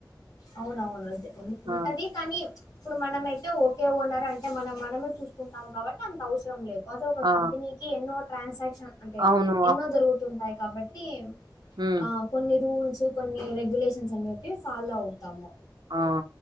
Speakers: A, on the left (about 60°); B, on the right (about 65°).
A: అవునవును అదే ఉ ఉంటది
B: ఆ
A: కానీ ఇప్పుడు మనమయితే ఓకే ఓనర్ అంటే మనం మనమే చూసుకుంటాం కాబట్టి అంత అవసరం లేదు వాస్ ఒక
B: ఆ
A: కంపెనీకి ఎన్నో ట్రాన్సాక్షన్ అంటే
B: అవును
A: ఎన్నో జరుగుతుంటాయి కాబట్టి
B: మ్
A: ఆ! కొన్ని రూల్స్ కొన్ని రెగ్యులేషన్స్ అనేటివి ఫాలో అవుతాము
B: ఆ